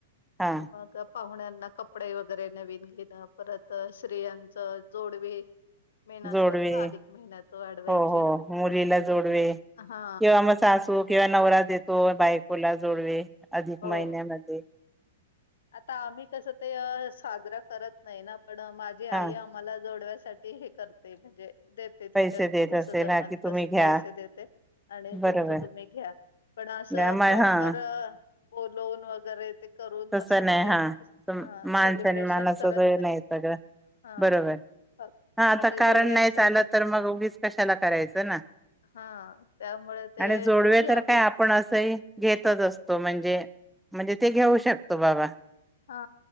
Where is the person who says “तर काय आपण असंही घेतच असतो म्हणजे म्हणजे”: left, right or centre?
Centre